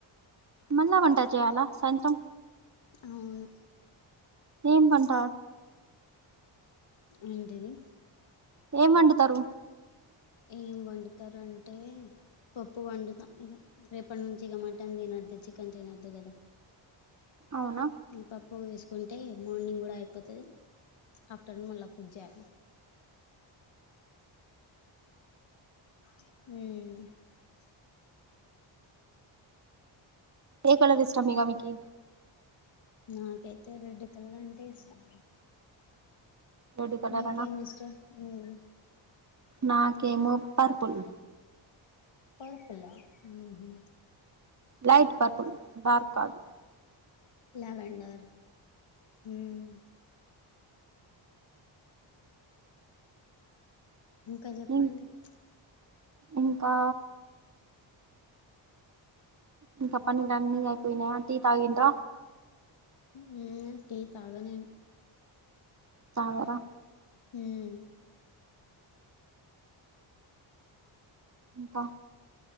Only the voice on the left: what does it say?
అవును
ఏంటిదీ
ఏం వండుతారుంటే పప్పు వండుతాం ఇగా రేపటి నుంచి ఇక మటన్ తినొద్దు చికెన్ తినొద్దు కదా
ఏ పప్పు వేసు కుంటే మార్నింగ్ కూడా అయిపోతది ఆఫ్టర్నూన్ మళ్ళ కుక్ చేయాలి ఉం
నాకైతే రెడ్ కలర్ అంటే ఇష్టం
మీకు
ఏం ఇష్టం ఉమ్
పర్పుల్ ఆ ఉహూ
లావెండర్ ఉమ్ ఇంకా చెప్పండి
ప్చ్
ఉమ్ టీ తాగ నేను
ఉమ్